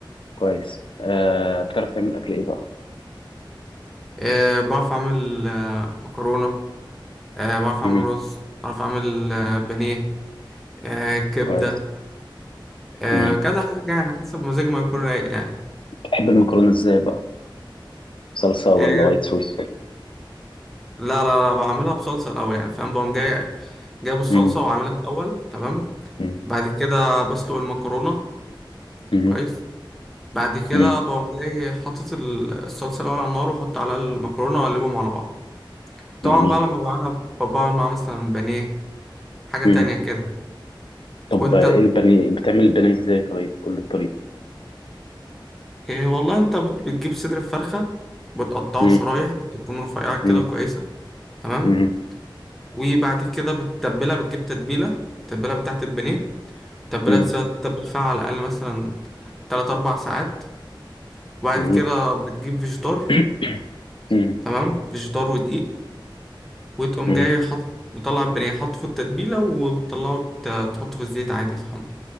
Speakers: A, on the left (about 75°); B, in the centre.
A: كويس آه بتعرف تعمل اكل ايه بقى
B: آه، بعرف اعمل آه، مكرونة آه، بعرف اعمل
A: امم
B: رز بعرف اعمل آه، بانيه آه، كبدة
A: كويس
B: آه،
A: مم.
B: كذا حاجة يعني حسب مزاجي ما يكون رايق يعني
A: تحب المكرونة ازاي بقى صلصة ولا
B: آه،
A: وايت صوص
B: لا لا لا بعملها بصلصة الأول يعني فاهم بقوم جاي جايب الصلصة
A: امم
B: وعاملها الأول تمام
A: امم
B: بعد كده بسلق المكرونة
A: امم
B: كويس بعد كده
A: امم
B: بقوم جاي حاطط ال- الصلصة الأول على النار وأحط عليها المكرونة وأقلبهم على بعض طبعا
A: جميل
B: بقى لما بقى أنا ب- بعمل معاها مثلا بانيه حاجة
A: امم
B: تانية كده
A: طب
B: وأنت
A: ايه البني بتعمل البني ازاي طيب قول لي الطريقة
B: إيه والله أنت بت- بتجيب صدر الفرخة بتقطعه
A: امم
B: شرايح تكون رفيعة كده
A: امم
B: كويسة تمام
A: امم
B: وبعد كده بتتبلها بتجيب تتبيلة التتبيلة بتاعت البانيه التتبيلة
A: امم
B: تسيبها تتبل فيها على الأقل مثلا تلات أربع ساعات وبعد
A: جميل
B: كده بتجيب فيجيتار
A: <coughs> امم
B: تمام فيجيتار ودقيق وتقوم
A: امم
B: جاي حاطط مطلع البانيه حاطه في التتبيلة وبتطلعه ت- تحطه في الزيت عادي يتحمر